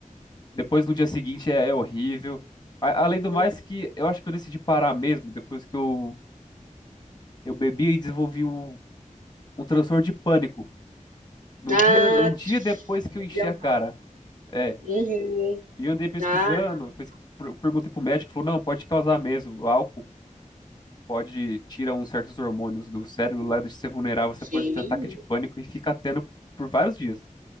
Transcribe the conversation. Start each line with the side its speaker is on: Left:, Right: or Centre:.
Left: Depois no dia seguinte é, é horrível. A- Além do
Right: mais,
Left: mais que eu acho que eu decidi parar mesmo, depois que eu, eu bebi e desenvolvi um, um transtorno de pânico. Num
Right: Ah,
Left: dia, um dia depois que
Right: fazia
Left: eu enchi
Right: mal.
Left: a cara. É.
Right: Uhum.
Left: E eu andei pesquisando,
Right: Ah, não.
Left: pesqui- per- perguntei pro médico, falou, não, pode causar mesmo, o álcool. Pode tirar uns certos hormônios do cérebro lá, deixa você vulnerável, você pode
Right: Sim.
Left: ter ataque de pânico e fica tendo por vários dias.